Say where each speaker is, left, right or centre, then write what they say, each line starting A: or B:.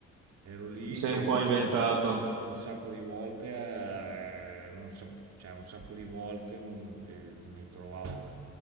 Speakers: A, on the right; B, on the right.
A: Cioè, Ero lì
B: ti sei
A: che
B: un
A: un
B: po' inventato.
A: sac- un sacco, di volte, eh, non sap- cioè un sacco di volte non- eh, mi trovavo